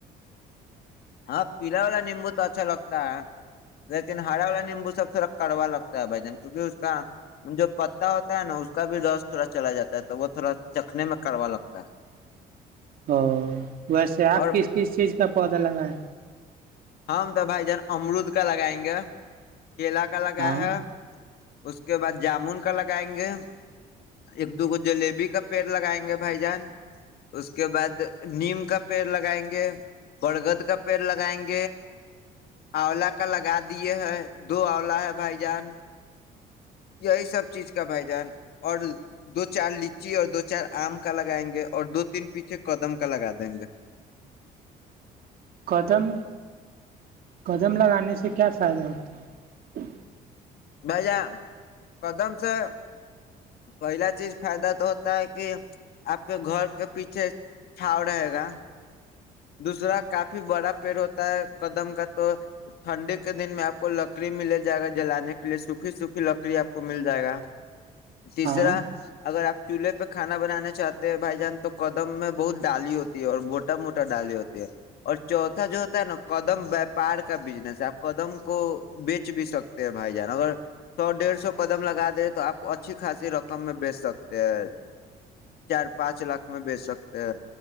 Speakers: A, on the left (about 65°); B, on the right (about 60°).
A: ہاں پیلا والا نیمبو تو اچھا لگتا ہے لیکن ہرا والا نیمبو سب تھوڑا کڑوا لگتا ہے بھائی جان کیونکہ اس پتا ہوتا ہے نا اس کا بھی رس تھوڑا چلا جاتا ہے تو وہ تھوڑا چکھنے میں کڑوا لگتا ہے
B: ا ویسے آپ
A: اور
B: کس کس چیز کا بودل گ
A: ہم تو بھائی جان امرود کا لگائیں گے کیلا کا لگا
B: ہاں
A: ہے اس کے بعد جامن کا لگائیں گے ایک دوگو جلیبی کا پیڑ لگائیں گے بھائی جان اس کے بعد نیم کا پیڑ لگائیں گے برگد کا پیڑ لگائیں گے آولا کا لگا دیے ہیں دو آلا ہے بھائی جان یہی سب چیز کا بھائی جان اور دو چار لچی اور دو چار آم کا لگائیں گے اور دو تین پیچھے قدم کا لگا دیں گے
B: قدم قدم لگانے سے کیا فائدہ ہوتا ہے
A: ب جان قدم سے پہلا چیز فائدہ تو ہوتا ہے کہ آپ کے گھر کے پیچھے چھاؤ رہے گا دوسرا کافی بڑا پیڑ ہوتا ہے قدم کا تو ٹھنڈی کے دن میں آپ کو لکڑی مل جائے گا جلانے کے لیے سوکھی سوکھی لکڑی آپ کو مل جائے گا تیسرا
B: ہاں
A: اگر آپ چولہے پہ کھانا بنانا چاہتے ہیں بھائی جان تو قدم میں بہت ڈالی ہوتی ہے اور موٹا موٹا ڈالی ہوتی ہے اور چوتھا جو ہوتا ہے نا قدم وپار کا بزنس ہے آپ قدم کو بیچ بھی سکتے ہیں بھائی جان اگر سو ڈیڑھ سو قدم لگا دے تو آپ اچھی خاصی رقم میں بیچ سکتے ہیں چار پانچ لاکھ میں بیےچ سکتے کہ